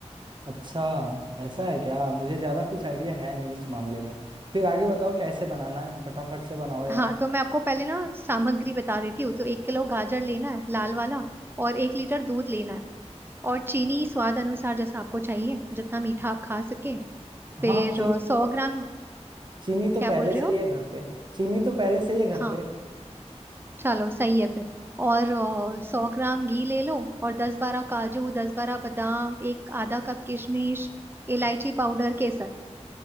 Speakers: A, on the right; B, on the right.
A: अच्छा ऐसा है क्या मुझे ज्यादा कुछ आइडिया है नहीं इस मामले में फिर आगे बताओ कैसे बनाना है फटाफट से बनाओ यार
B: हाँ तो मैं आपको पहले ना सामग्री बता देती हूँ तो एक किलो गाजर लेना है लाल वाला और एक लीटर दूध लेना है और चीनी स्वाद अनुसार जैसा आपको चाहिए जितना मीठा आप खा सके फिर
A: हाँ चीनी
B: अ, सौ
A: तो प-
B: ग्राम
A: चीनी तो
B: क्या
A: पहले
B: बोल रहे
A: से
B: हो
A: ही है घर पे चीनी तो पहले से ही है घर
B: हाँ
A: पे
B: चलो सही है फिर और सौ ग्राम घी ले लो और दस बारह काजू दस बारह बादाम एक आधा कप किशमिश इलायची पाउडर केसर